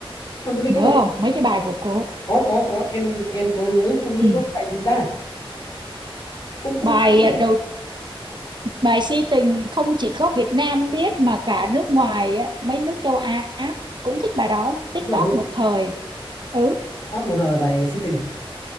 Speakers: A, on the left (about 45°); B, on the right (about 50°).
A: Hồng Tú Linh
B: nhớ
A: có một
B: không mấy cái bài của cô
A: có có có em em có nhớ Hoàng Tư linh
B: ừ.
A: có cái bài gì ta cũng cũng
B: bài
A: khá
B: à,
A: nổi
B: đầu bài si tình không chỉ có Việt Nam biết mà cả nước ngoài á, mấy nước châu Á cũng thích bài đó nó TikTok
A: đúng rồi đúng rồi
B: một thời ừ
A: hot một thời bài si tình